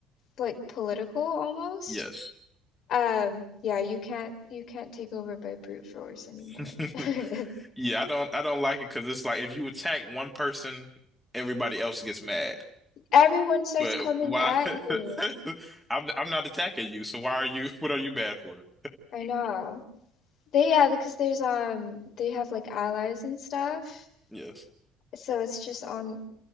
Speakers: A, on the left (about 60°); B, in the centre.
A: like political almost.
B: Yes.
A: Um yeah, you can't you can't take over by brute force anymore.
B: <laughs>
A: <laughs>
B: Yeah, I don't I don't like it because it's like if you attack one person, everybody else gets mad.
A: Everyone starts
B: But
A: coming
B: why?
A: at
B: <laughs>
A: you.
B: I'm I'm not attacking you, so why are you? <laughs> What are you bad for?
A: I know. They, yeah, because there's um they have like allies and stuff.
B: Yes,
A: So it's just on